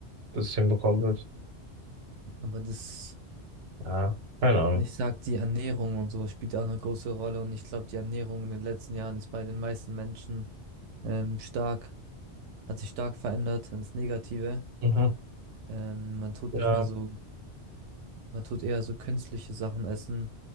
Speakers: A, on the right (about 60°); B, on the right (about 85°).
A: das hinbekommen wird.
B: Aber das,
A: Ja, keine Ahnung.
B: ich sag, die Ernährung und so spielt ja auch eine große Rolle. Und ich glaube, die Ernährung in den letzten Jahren ist bei den meisten Menschen ähm, stark, hat sich stark verändert ins Negative.
A: Mhm.
B: Ähm, man tut
A: Ja,
B: nicht mehr so, man tut eher so künstliche Sachen essen,